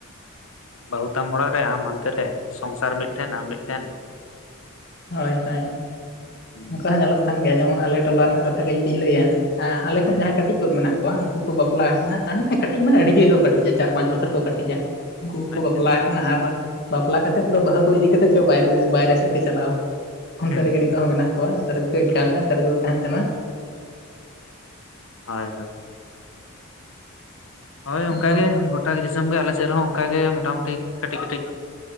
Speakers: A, on the left (about 70°); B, on the left (about 50°).
A: ᱵᱟᱹᱦᱩ ᱛᱟᱢ ᱚᱲᱟᱜ ᱨᱮ ᱟᱢ ᱦᱟᱱᱛᱮ ᱨᱮ ᱥᱚᱝᱥᱟᱨ ᱢᱤᱫᱴᱷᱮᱱ ᱟᱢ ᱢᱤᱫᱴᱷᱮᱱ
B: ᱦᱳᱭ ᱦᱳᱭ
A: ᱦᱩᱸ
B: ᱚᱱᱠᱟ ᱦᱚᱸ ᱧᱮᱞᱚᱜ ᱠᱟᱱ ᱜᱮᱭᱟ ᱡᱮᱢᱚᱱ ᱟᱞᱮ ᱴᱚᱞᱟ ᱨᱮᱱᱟᱜ ᱠᱟᱛᱷᱟ ᱜᱮ ᱡᱩᱫᱤᱧ ᱞᱟᱹᱭᱟ ᱟ ᱟᱞᱮ
A: ᱦᱩᱸ
B: ᱠᱷᱚᱱ ᱡᱟᱦᱟᱸ ᱠᱟᱹᱴᱤᱡ ᱢᱮᱱᱟᱜ ᱠᱚᱣᱟ ᱩᱱᱠᱩ ᱠᱚ ᱵᱟᱯᱞᱟ ᱟᱠᱟᱱᱟ ᱟᱨ ᱢᱮᱱᱟᱜ ᱠᱚᱣᱟ ᱠᱟᱹᱴᱤᱡ ᱢᱟᱱᱮ ᱟᱹᱰᱤ ᱜᱮ ᱠᱚ ᱠᱟᱹᱴᱤᱡᱼᱟ ᱪᱟᱨ ᱯᱟᱸᱪ ᱵᱚᱪᱷᱚᱨ ᱠᱚ ᱠᱟᱹᱴᱤᱡ-ᱟ᱾ ᱩᱱᱠᱩ ᱠᱚᱠᱚ
A: ᱟᱪᱪᱷᱟ
B: ᱵᱟᱯᱞᱟ
A: ᱟᱪᱪᱷᱟ
B: ᱟᱠᱟᱱᱟ ᱟᱨ ᱵᱟᱯᱞᱟ ᱠᱟᱛᱮᱫ ᱯᱩᱨᱟᱹ ᱵᱟᱹᱦᱩ ᱠᱚ ᱤᱫᱤ ᱠᱟᱛᱮᱫ ᱪᱚ ᱵᱟᱭᱨᱮ ᱵᱟᱭᱨᱮ ᱥᱮᱫ ᱠᱚ ᱪᱟᱞᱟᱣ᱾ ᱚᱱᱛᱮ
A: ᱦᱩᱸ
B: ᱨᱮᱜᱮ
A: ᱦᱩᱸ
B: ᱱᱤᱛᱚᱜ ᱦᱚᱸ ᱢᱮᱱᱟᱜ ᱠᱚᱣᱟ ᱚᱱᱛᱮ ᱨᱮᱜᱮ ᱤᱱᱠᱟᱢᱮᱫᱼᱟ ᱚᱱᱛᱮ ᱨᱮᱜᱮ ᱠᱚ ᱛᱟᱦᱮᱱ ᱠᱟᱱᱟ᱾
A: ᱦᱳᱭ ᱦᱳᱭ᱾ ᱦᱳᱭ ᱚᱱᱠᱟ
B: ᱟᱫᱚ
A: ᱜᱮ ᱜᱚᱴᱟ ᱫᱤᱥᱚᱢ ᱜᱮ ᱟᱞᱮ ᱥᱮᱫ ᱨᱮᱦᱚᱸ ᱚᱱᱠᱟᱜᱮ ᱢᱚᱴᱟᱢᱩᱴᱤ ᱠᱟᱹᱴᱤᱡ ᱠᱟᱹᱴᱤᱡ